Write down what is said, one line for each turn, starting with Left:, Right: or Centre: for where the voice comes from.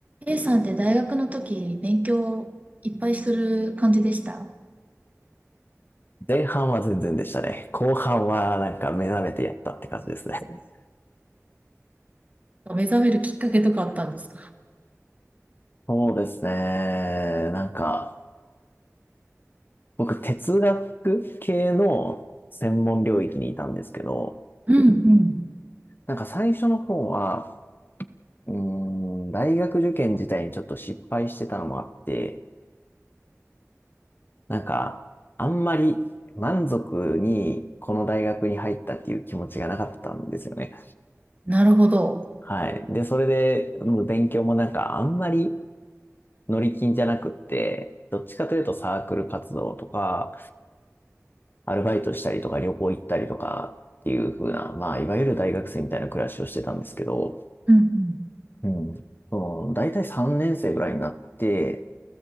Right: A さんって大学の時勉強いっぱいする感じでした
Left: 前半は全然でしたね。後半はなんか目覚めてやったって感じですね。<laughs>
Right: 目覚めるきっかけとかあったんですか
Left: そうですね。なんか、僕哲学系の専門領域にいたんですけど、
Right: うんうん。
Left: なんか最初の方は、うーん、大学受験自体にちょっと失敗してたのもあって、なんか、あんまり満足にこの大学に入ったっていう気持ちがなかったんですよね。
Right: なるほど。
Left: はい。で、それで、もう勉強もなんかあんまり乗り金じゃなくって、どっちかというとサークル活動とか、アルバイトしたりとか旅行行ったりとかっていう風な、まあ、いわゆる大学生みたいな暮らしをしてたんですけど、
Right: うんうん。
Left: うん。その、大体3年生ぐらいになって、